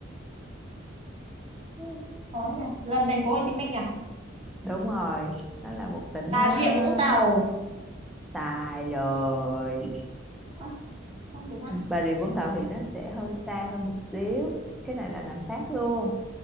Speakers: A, on the right (about 30°); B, in the centre.
A: ừ, khó nhỉ. Gần thành phố Hồ Chí Minh nhỉ?
B: đúng rồi nó là một tỉnh
A: Bà
B: uh,
A: Rịa Vũng Tàu.
B: xài rồi
A: À, không đúng à?
B: Bà Rịa Vũng Tàu thì nó sẽ hơi xa hơn một xíu cái này là nằm sát luôn